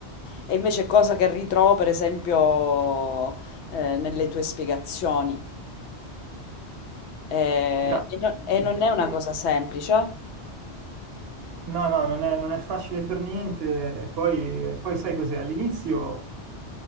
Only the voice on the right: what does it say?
Grazie.
Sì.
No, no, non è, non è facile per niente. E poi, poi sai cos'è? All'inizio